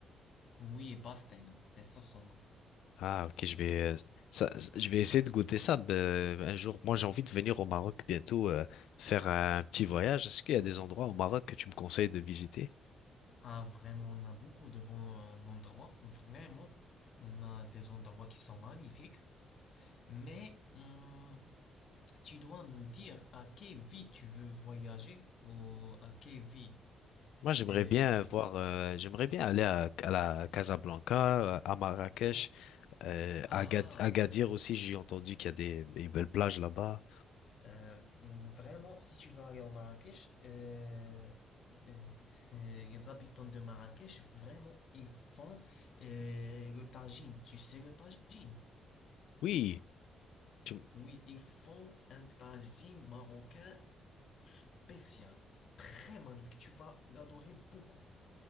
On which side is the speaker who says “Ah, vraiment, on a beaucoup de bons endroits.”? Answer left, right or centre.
Left